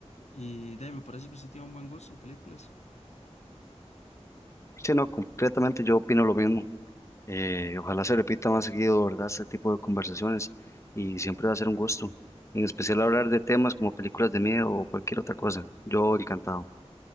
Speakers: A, on the left; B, on the left.
A: Y de ahí, me parece que usted tiene un buen gusto en películas.
B: Sí, no, concretamente yo opino lo mismo. Eh, ojalá se repita más seguido, ¿verdad? Este tipo de conversaciones y siempre va a ser un gusto. En especial hablar de temas como películas de miedo o cualquier otra cosa. Yo encantado.